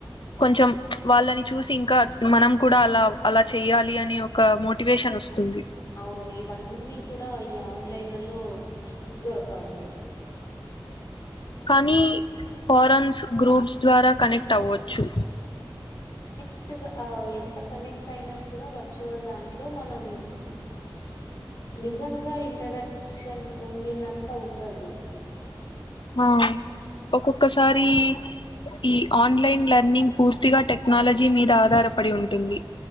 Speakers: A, on the left (about 70°); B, on the left (about 50°).
A: కొంచెం వాళ్ళని చూసి ఇంకా. మనం కూడా అలా అలా చెయ్యాలి అనే ఒక మోటివేషన్ వస్తుంది.
B: అవును ఇవన్నీ కూడా ఈ ఆన్లైన్లలో ప్చ్ దొరకవండి.
A: కానీ ఫారెన్స్ గ్రూప్స్ ద్వారా కనెక్ట్ అవ్వచ్చు.
B: కరెక్ట్ గా ఆహ్ ఎంత కనెక్ట్ అయినా కూడా వర్చువల్ దాంట్లో మనం. నిజంగా ఇంటరాక్షన్ ఉండినంత ఉండదు.
A: ఆహ్ ఒక్కొక్కసారి. ఈ ఆన్లైన్ లెర్నింగ్ పూర్తిగా టెక్నాలజీ మీద ఆధారపడి ఉంటుంది.